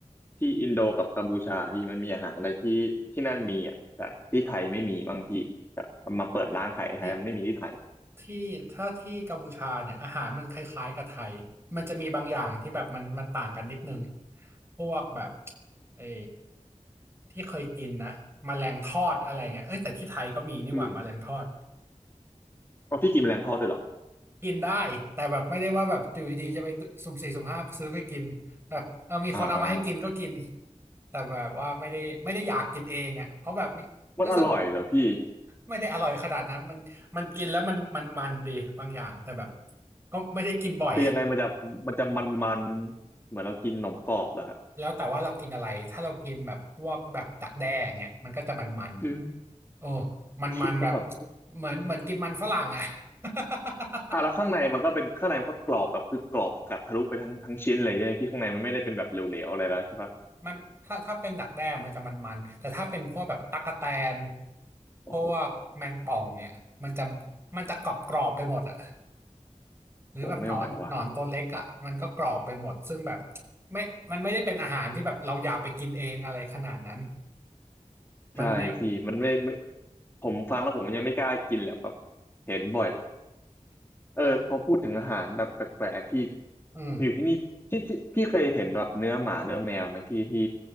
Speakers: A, on the left; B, on the right.
A: ที่อินโดกับกัมพูชาพี่มันมีอาหารอะไรที่ที่นั่นมีอ่ะแต่ที่ไทยไม่มีบางพี่แบบมาเปิดร้านขายไทยมันไม่มีที่ไทย
B: ที่ที่ถ้าที่กัมพูชาเนี่ยอาหารมันคล้ายๆกับไทยมันจะมีบางอย่างที่แบบมันมันต่างกันนิดนึงพวกแบบเออที่เคยกินนะแมลงทอดอะไรเงี้ยเอ้ยแต่ที่ไทยก็มีนี่หว่าแมลงทอด
A: คือเอาพี่กินแมลงทอดด้วยเหรอ
B: กินได้แต่แบบไม่ได้ว่าแบบอยู่ดีๆจะไปสุ่มสี่สุ่มห้าซื้อไปกินแบบเออมีคนเอามาให้กินก็กิน
A: อ่า
B: แต่แบบว่าไม่ได้ไม่ได้อยากกินเองอ่ะเพราะแบบมีรู้สึกว่า
A: มันอร่อยเหรอพี่
B: ไม่ได้อร่อยขนาดนั้นมันมันกินแล้วมันมันมันดีบางอย่างแต่แบบก็ไม่ได้กินบ่อย
A: คือยังไงมันจะมันจะมันๆเหมือนเรากินขนมกรอบเหรอครับ
B: แล้วแต่ว่าเรากินอะไรถ้าเรากินแบบพวกแบบดักแด้เงี้ยมันก็จะมันมัน
A: คือ
B: โอ้มันมันแบบ
A: คิดแล้วแบบ
B: เหมือนเหมือนกินมันฝรั่งอ่ะ <laughs>
A: อ่ะแล้วข้างในมันก็เป็นข้างในมันก็กรอบแบบคือกรอบกัดทะลุไปทั้งทั้งชิ้นเลยใช่ไหมพี่ข้างในมันไม่ได้เป็นแบบเหลวๆอะไรแล้วใช่ปะ
B: มันถ้าถ้าเป็นดักแด้มันจะมันๆแต่ถ้าเป็นพวกแบบตั๊กแตน
A: โอ้โห
B: พวกแมงป่องเนี่ยมันจะมันจะกรอบกรอบไปหมดอะหรือแบบหนอนหนอนตัวเล็กอะมันก็กรอบไปหมดซึ่งแบบ
A: โอ้ไม่ไหวว่ะ
B: ไม่มันไม่ได้เป็นอาหารที่แบบเราอยากไปกินเองอะไรขนาดนั้น
A: ใช่พี่มันไม่ไม่
B: มันมี
A: ผมฟังแล้วผมยังไม่กล้ากินแหละแบบเห็นบ่อยเออพอพูดถึงอาหารแบบแปลกๆพี่
B: อืม
A: อยู่ที่นี่ที่ที่พี่เคยเห็นแบบเนื้อหมาเนื้อแมวไหมพี่ที่